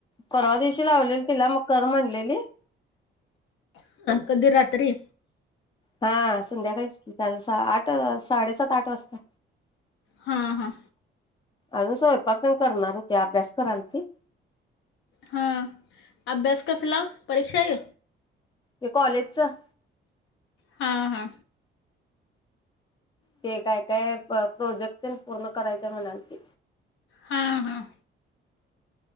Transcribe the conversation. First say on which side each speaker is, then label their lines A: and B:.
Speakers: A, on the left; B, on the left.
A: परवा दिवशी लावलेली तिला मग कर म्हणलेली
B: कधी रा रात्री
A: हा संध्याकाळीच की काल सा आठ साडे सात-आठ वाजता.
B: हां हां
A: अजून स्वयंपाक तेन करणार हुती अभ्यास कराल ती
B: हां अभ्यास कसला? परीक्षा आहे
A: ये कॉलेजचं
B: हा हा.
A: ते काय काय प्रोजेक्टतेन पूर्ण करायचं हाय म्हणालती.
B: हां हां